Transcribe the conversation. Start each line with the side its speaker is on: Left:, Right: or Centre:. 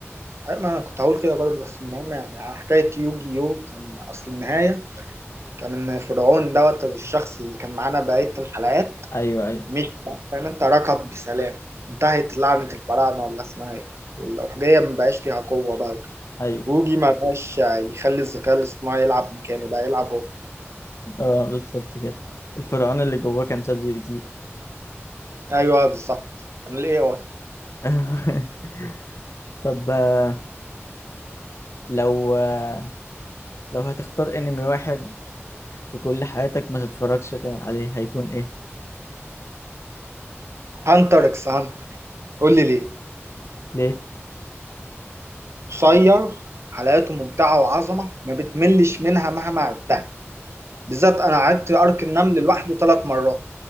Right: أيوة، ما انا كنت هقول كده برضه بس المهم يعني على حكايه يوجي يو كان اصل النهايه كان فرعون دوت الشخص اللي كان معانا بقية الحلقات
Left: ايوه ايوه
Right: مش فاهم انت ركض بسلام انتهت لعنة الفراعنة ولا اسمها ايه والأحجية ما بقاش ليها قوة بقى وكده.
Left: ايوه
Right: ووجي ما بقاش يخلي الذكاء الاصطناعي يلعب مكانه بقى يلعب هو
Left: اه بالظبط كده الفرعون اللي جواه كان شات جي بي تي
Right: ايوه بالظبط كان الاي اي
Left: <laughs> طب آه، لو آه، لو هتختار انمي واحد في كل حياتك ما تتفرجش عليه هيكون ايه
Right: هانتر اكس هانتر قول لي ليه
Left: ليه
Right: قصير حلقاته ممتعة وعظمة ما بتملش منها مهما عدتها بالذات انا عدت ارك النمل لوحده ثلاث مرات